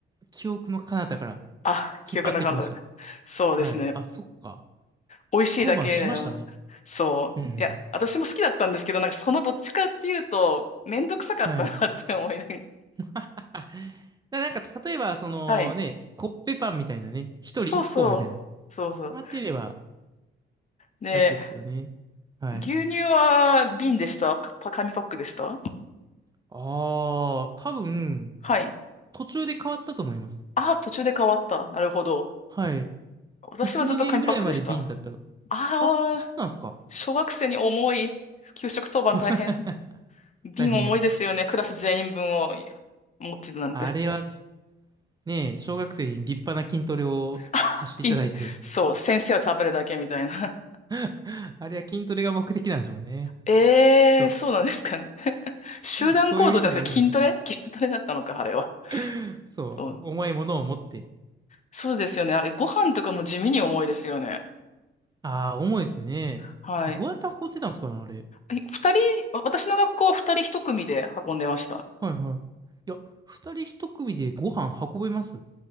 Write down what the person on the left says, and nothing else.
あ、記憶なかった。
そうですね。
美味しいだけでは、
そう。
いや、私も好きだったんですけど、なんかそのどっちかっていうと、めんどくさかったなって思いな
がらはい。
そうそう。
そうそう。
で、
牛乳は瓶でしたかパ紙パックでした
はい。
ああ、途中で変わった。なるほど。
私はずっと紙パックでした。
ああ、
小学生に重い。給食当番大変。
瓶重いですよね。
クラス全員分を持ってるなんて。
<laughs> あ金と、そう、先生は食べるだけみたいな。
ええそうなんですかね。
<laughs> 集団行動じゃなくて筋トレ
<laughs> 筋トレだったのか、あれは。
そう。
そうですよね。あれ、ご飯とかも地味に重いですよね。
うんはい。
え二人、私の学校は二人一組で運んでました。